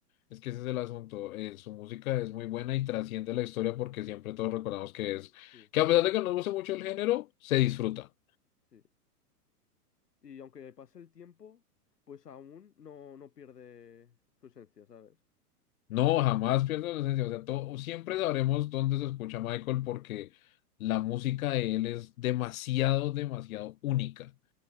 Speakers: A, on the left; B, on the left.
A: Es que ese es el asunto. eh, su música es muy buena y trasciende la historia porque siempre todos recordamos que es,
B: Sí,
A: que a pesar de que no nos guste mucho el género, se disfruta.
B: sí. Y aunque pase el tiempo, pues aún no, no pierde su esencia, ¿sabes?
A: No, jamás pierde la esencia. O sea, todo,
B: Mm.
A: siempre sabremos dónde se escucha Michael porque la música de él es demasiado, demasiado única.